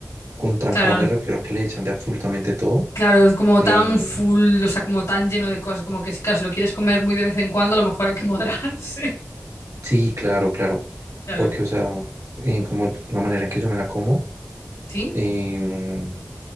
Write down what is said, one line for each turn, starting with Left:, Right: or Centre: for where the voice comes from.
Right: Con trancada
Left: Claro.
Right: me refiero a que le echan de absolutamente todo.
Left: Claro, es como
Right: Eh,
Left: tan full, o sea, como tan lleno de cosas, como que si, claro, si lo quieres comer muy de vez en cuando, a lo mejor hay que moderarse. <laughs>
Right: sí, claro, claro.
Left: Claro.
Right: Porque, o sea, eh, como la manera en que yo me la como,
Left: ¿Sí?
Right: em,